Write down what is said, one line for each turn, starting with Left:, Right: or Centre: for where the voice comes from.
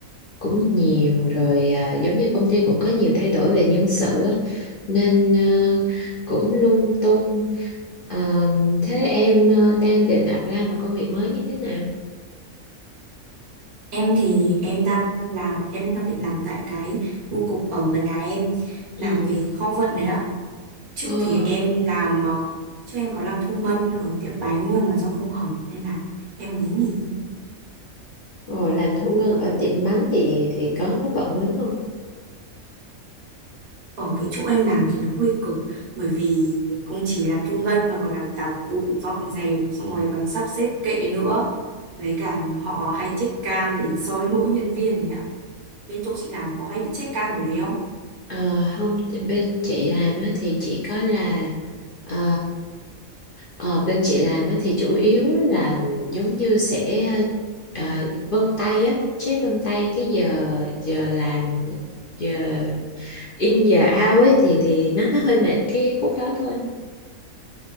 Left: cũng nhiều rồi à, giống như công ty cũng có nhiều thay đổi về nhân sự á, nên ờ, cũng lung tung. Ờ, thế em ờ, đang định apply một công việc mới như thế nào?
Right: Em thì em đang làm em đang định làm tại cái bưu cục ở gần nhà em
Left: Ừ.
Right: làm về kho vận đấy ạ. Trước
Left: Ờ,
Right: thì em làm ờ, trước em có làm thu ngân ở tiệm bánh nhưng mà do không hợp nên là em mới nghỉ.
Left: ờ, làm thu ngân ở tiệm bánh thì thì có có bận lắm không?
Right: Ở cái chỗ em làm thì nó hơi cực bởi vì mình không chỉ làm thu ngân mà còn làm tạp vụ dọn dẹp xong rồi còn sắp xếp kệ nữa với cả họ hay check cam để soi lỗi nhân viên đấy ạ bên chỗ chị làm có hay bị check cam kiểu đấy không
Left: Ờ, không,
Right: Ừ.
Left: bên chị làm á, thì chỉ có là ờ, Ờ, bên chị làm á, thì chủ yếu là giống như sẽ ờ, vân tay á, check vân tay cái giờ giờ làm giờ in giờ out ấy thì thì nó nó hơi mệt cái khúc đó thôi.